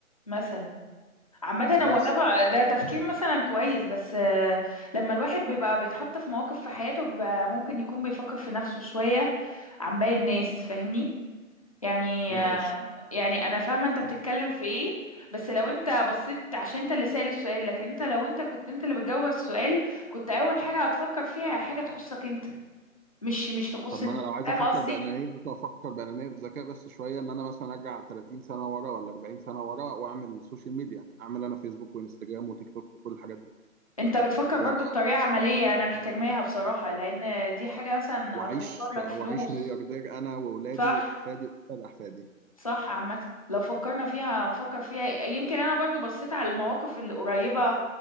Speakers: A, on the left (about 25°); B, on the right (about 85°).
A: مثلا عامة هو
B: بس
A: ده بقى- ده تفكير مثلا كويس بس آه، لما الواحد بيبقى بيتحط في مواقف في حياته بيبقى ممكن يكون بيفكر في نفسه شوية عن باقي الناس فاهمني يعني آه،
B: ماشي
A: يعني انا فاهمة انت بتتكلم في ايه بس لو انت بصيت عشان انت اللي سأل السؤال لكن انت لو انت كنت انت اللي بتجاوب السؤال كنت اول حاجة هتفكر فيها حاجة تخصك انت مش مش تخص
B: طب ما
A: الناس
B: انا لو عايز
A: فاهم
B: افكر
A: قصدي
B: بانانيه بس افكر بانانيه بذكاء بس شويه ان انا مثلا ارجع 30 سنه ورا ولا 40 سنه ورا واعمل سوشيال ميديا اعمل انا فيسبوك وانستجرام وتيك توك وكل الحاجات
A: انت بتفكر برضو
B: دي
A: بطريقة عملية انا محترماها بصراحة لان دي حاجة مثلا
B: واعيش
A: هتوفر لك
B: واعيش
A: فلوس
B: ملياردير انا واولادي
A: صح
B: واحفادي واولاد احفادي
A: صح عامة لو فكرنا فيها نفكر فيها يمكن انا برضو بصيت على المواقف القريبة